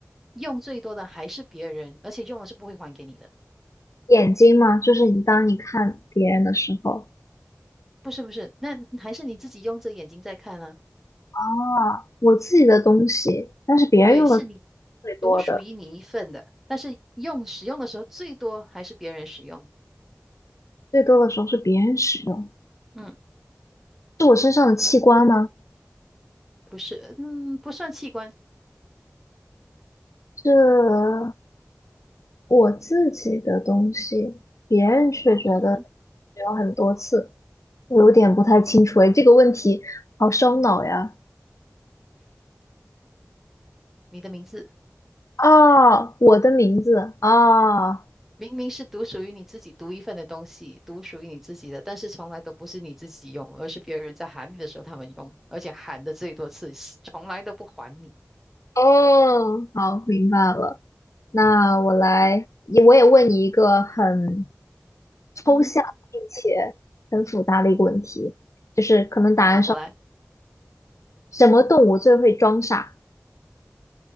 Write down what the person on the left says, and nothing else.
眼睛嘛，就是你当你看别人的时候，
啊，我自己的东西，但是别人用的
最多的，
最多的时候是别人使用，
是我身上的器官吗？
是我自己的东西，别人却觉得
使用很多次，我有点不太清楚诶，这个问题好烧脑呀！
啊，我的名字啊，
哦，好，明白了。那我来，也我也问你一个很抽象并且很复杂的一个问题，
就是可能答案上
什么动物最会装傻？